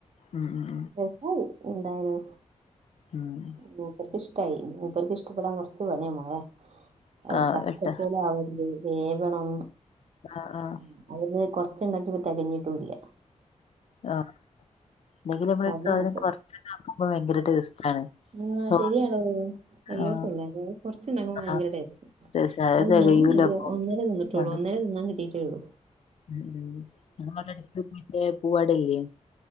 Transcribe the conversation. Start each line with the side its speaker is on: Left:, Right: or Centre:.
Left: ഉം ഉം
Right: രസായി എന്തായാലും.
Left: ഉം ഉം.
Right: മൂപ്പർക്ക് ഇഷ്ടായി മൂപ്പർക്ക് ഇഷ്ടപ്പെടാൻ കൊറച്ച് പണിയ മേളേ. അവു
Left: ആഹ്
Right: പച്ചപോലെ
Left: എട്ട
Right: ആവര്ത് വേവണം.
Left: ആഹ് ആഹ്.
Right: ഉം അവ്ട്ന്ന് കൊറ് ച്ച്ണ്ടാക്കിയപ്പോ തെകഞ്ഞിട്ടൂല്ലാ
Left: ആഹ് അല്ലെങ്കിലും നമ്മള്
Right: അത്
Left: സാധനം
Right: മാത്രം
Left: കൊറ്ച്ച്ണ്ടാക്കുമ്പോ ഭയങ്കര ടേസ്റ്റാണ്
Right: ആഹ്
Left: തോനെ
Right: ശരിയാടോത് എല്ലോടത്തുള്ളാല്ലേ
Left: ആഹ്
Right: അഹ് കൊറച്ച്ണ്ടാകുമ്പോ ഭയങ്കര
Left: ആഹ്
Right: ടേസ്റ്റ്
Left: ടേസ്റ്റാ അത്
Right: അഹ്
Left: തെകയൂലപ്പൊ.
Right: ഞാനും <unintelligible> ഒന്നര തിന്ന്ട്ടോള്ളൂ
Left: ഞങ്ങള്
Right: ഒന്നരെ തിന്നാൻ കിട്ടിയിട്ടേള്ളൂ.
Left: ഉം ഉം ഞാൻ ഇവടെ എട്ക്ക് മറ്റെ പൂവടല്ലേ